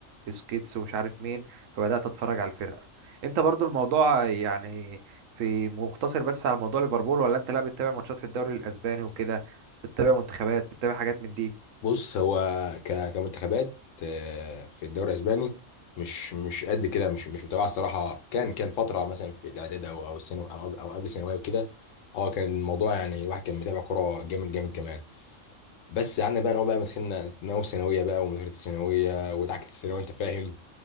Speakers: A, on the right (about 80°); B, on the left (about 75°).
A: بسكيتس ومش عارف مين فبدات اتفرج على الفرقه انت برضو الموضوع يعني في مقتصر بس على موضوع ليفربول ولا انت لا بتتابع ماتشات في الدوري الاسباني وكده بتتابع منتخبات بتتابع حاجات من دي
B: بص هو ك- كمنتخبات آه، في الدوري الاسباني مش مش قد كده مش مش متابعه الصراحه كان كان فتره مثلا في الاعداد او او الثانوي او أو قبل الثانويه وكده اه كان الموضوع يعني الواحد كان متابع كوره جامد جامد كمان بس قعدنا بقى نقول بقى مدخلنا ناوي ثانويه بقى ومذاكره الثانويه ودعكه الثانويه انت فاهم